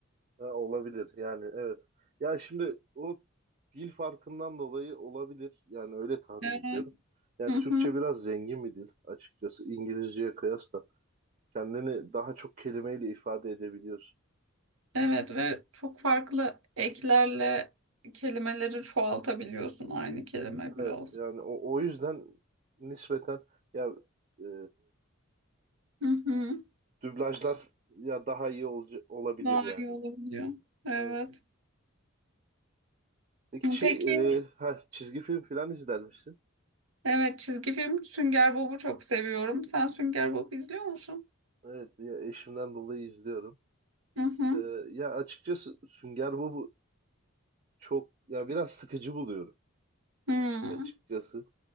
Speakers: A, on the right; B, on the right.
A: Ha, olabilir yani evet. Ya şimdi o dil farkından dolayı olabilir. Yani öyle tahmin
B: Evet.
A: ediyorum. Yani
B: Hı hı.
A: Türkçe biraz zengin bir dil açıkçası İngilizceye kıyasla. Kendini daha çok kelimeyle ifade edebiliyorsun.
B: Evet ve çok farklı eklerle kelimeleri çoğaltabiliyorsun aynı kelime bile
A: Evet
B: olsun.
A: yani o, o yüzden nispeten ya e,
B: Hı hı.
A: dublajlar ya daha iyi olca, olabilir
B: Daha
A: yani.
B: iyi olabiliyor. Evet.
A: Evet. Peki şey
B: Peki
A: e, ha, çizgi film filan izler misin?
B: Evet çizgi film Sünger Bob'u çok seviyorum. Sen Sünger Bob izliyor musun?
A: Evet ya eşimden dolayı izliyorum.
B: Hı hı.
A: E, ya açıkçası Sünger Bob çok ya biraz sıkıcı buluyorum
B: Hmm.
A: açıkçası.